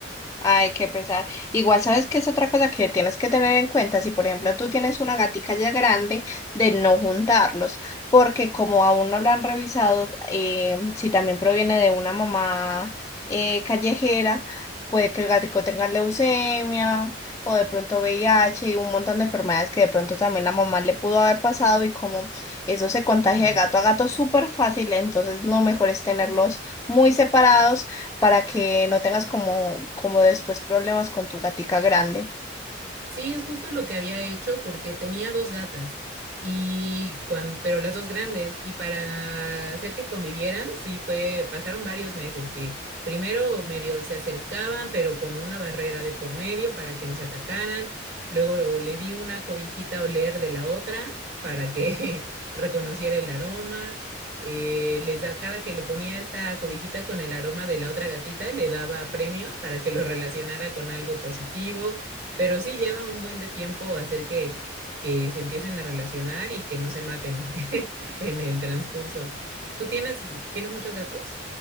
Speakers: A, on the left; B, on the right.
A: Ay, qué pesar. Igual sabes que es otra cosa que tienes que tener en cuenta. Si, por ejemplo, tú tienes una gatica ya grande, de no juntarlos, porque como aún no lo han revisado, eh, si también proviene de una mamá eh, callejera, puede que el gatico tenga leucemia o de pronto VIH y un montón de enfermedades que de pronto también la mamá le pudo haber pasado y como eso se contagia
B: <clears throat>
A: de gato a gato súper fácil, entonces lo mejor es tenerlos muy separados para que no tengas como, como después problemas con tu gatica grande.
B: Sí, es justo lo que había hecho porque tenía dos gatas y cuando, pero las dos grandes y para hacer que convivieran, sí fue, pasaron varios meses que primero medio se acercaban, pero con una barrera de por medio para que no se atacaran. Luego, luego le di una cobijita a oler de la otra para que <laughs> reconociera el aroma. Eh, les da, cada que le ponía esta cobijita con el aroma de la otra gatita, le daba premios para que lo relacionara con algo positivo pero sí lleva un buen de tiempo hacer que, que se empiecen a relacionar y que no se maten <laughs> en el transcurso. ¿Tú tienes, tienes muchos gatos?